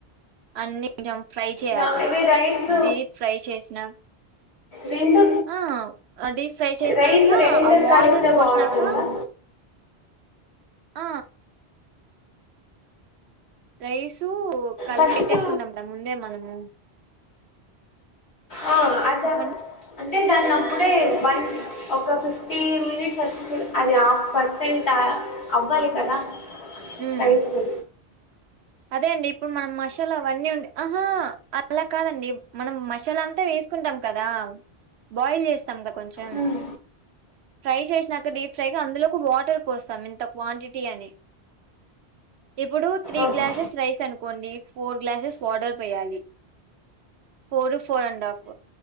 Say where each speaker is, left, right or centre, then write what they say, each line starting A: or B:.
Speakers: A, on the right (about 80°); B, on the left (about 85°).
A: అన్ని కొంచెం ఫ్రై చేయాలి
B: నా ఇవి రైస్
A: దీప్ ఫ్రై చేసిన
B: రెండు
A: ఆ అది ఫ్రై చేసినాక
B: రైస్ రెండు
A: ఆ వాటర్
B: కలిపితే
A: పోసినాక
B: బాగుంటుందా
A: ఆ రైసు కలిపి
B: ఫస్ట్
A: పెట్టేసుకుంటాం గా ముందే మనము
B: ఆ అద
A: చెప్పండి
B: అంటే దాన్ని అప్పుడే వన్ ఒక ఫిఫ్టీ మినిట్స్ అ అది హాఫ్ పర్సెంట్ అవ్వాలి కదా
A: ఉమ్
B: రైసు
A: అదే అండి ఇప్పుడు మనం మసాలా అవన్నీ ఉన్ ఆహా అలా కాదండి మనం మసాలా అంతా వేసుకుంటాం కదా బాయిల్ చేస్తాం కదా కొంచెం
B: మ్మ్
A: ఫ్రై చేసినాక డీప్ ఫ్రైగా అందులోకి వాటర్ పోస్తాం ఇంత క్వాంటిటీ అని ఇప్పుడు త్రీ
B: ఆహా
A: గ్లాసెస్ రైస్ అనుకోండి ఫోర్ గ్లాసెస్ వాటర్ పోయాలి ఫోర్ ఫోర్ అండ్ హాఫ్